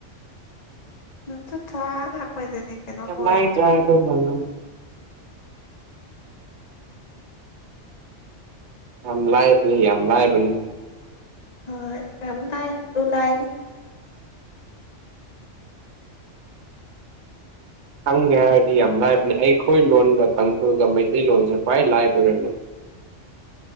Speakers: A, on the left (about 35°); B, on the right (about 70°).
A: <unintelligible>
B: <unintelligible>
A: ꯑꯣꯏꯔꯦ
B: ꯌꯥꯝ ꯂꯥꯏꯕꯅꯤ ꯌꯥꯝ ꯂꯥꯏꯕꯅꯤ
A: ꯍ ꯌꯥꯝ ꯂꯨ ꯂꯥꯏꯅꯤ
B: ꯈꯪꯒꯦ ꯍꯥꯏꯔꯗꯤ ꯌꯥꯝ ꯂꯥꯏꯕꯅꯤ ꯑꯩꯈꯣꯏ ꯂꯣꯟꯒ ꯇꯥꯡꯈꯨꯜꯒ ꯃꯩꯇꯩꯂꯣꯟꯁꯦ ꯈ꯭ꯋꯥꯏ ꯂꯥꯏꯕ ꯑꯣꯏꯔꯝꯃꯦ